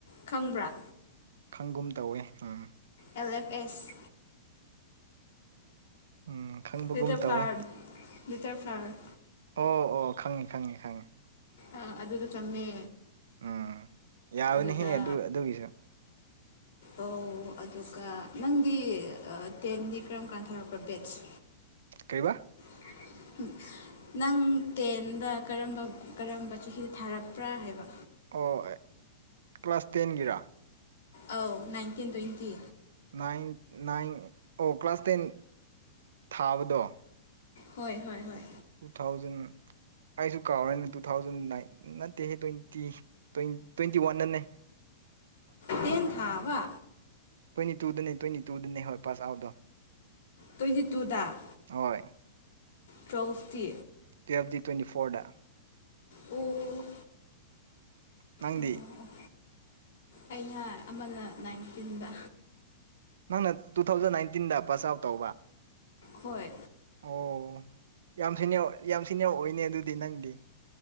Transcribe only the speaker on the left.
ꯈꯪꯕ꯭ꯔꯥ
ꯑꯦꯜ ꯑꯦꯐ ꯑꯦꯁ
ꯂꯤꯇꯜ
ꯐ꯭ꯂꯥꯋꯔ ꯂꯤꯇꯜ ꯐ꯭ꯥꯂꯋꯔ
ꯑ ꯑꯗꯨꯗ ꯇꯝꯃꯦ
ꯑꯗꯨꯗ
ꯑꯧ ꯑꯗꯨꯒ ꯅꯪꯗꯤ ꯑ ꯇꯦꯟꯗꯤ ꯀꯔꯝꯀꯥꯟ ꯊꯥꯔꯛꯄꯔꯥ ꯕꯦꯠꯁ
<unintelligible> ꯅꯪ ꯇꯦꯟꯗ ꯀꯔꯝꯕ ꯀꯔꯝꯕ ꯆꯍꯤꯗ ꯊꯥꯔꯛꯄ꯭ꯔꯥ ꯍꯥꯏꯕ
ꯑꯧ ꯅꯥꯏꯟꯇꯤꯟ ꯇꯣꯏꯟꯇꯤ
ꯍꯣꯏ ꯍꯣꯏ ꯍꯣꯏ
ꯇꯦꯟ ꯊꯥꯕ
ꯇꯣꯏꯟꯇꯤ ꯇꯨꯗ
ꯇꯨꯌꯦꯜꯐꯇꯤ
ꯑꯣ
ꯑꯣ ꯑꯩꯅ ꯑꯃꯅ ꯅꯥꯏꯟꯇꯤꯟꯗ
ꯍꯣꯏ